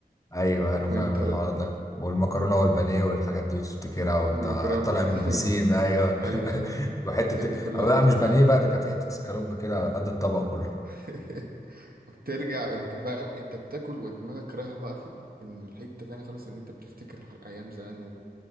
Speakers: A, on the left; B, on the right.
A: ايوه انا
B: وانت
A: فاهم الحوار
B: وال...
A: ده والمكرونه والبانيه والحاجات دي بتفتكرها وانت
B: ومكرم
A: طالع
B: بني
A: من البسين
B: <laughs> وال...
A: ايوه
B: ايوه ايوه
A: <laughs>
B: ايوه
A: وحته
B: الحاجات دي كلها
A: أو لا
B: انت
A: مش بانيه بقى ده كانت حته اسكالوب كده قد الطبق كله
B: <laughs> بترجع انت فاهم انت بتاكل ودماغك رايحه بقى في الحته تانية خالص ان انت بتفتكر ح- ايام زمان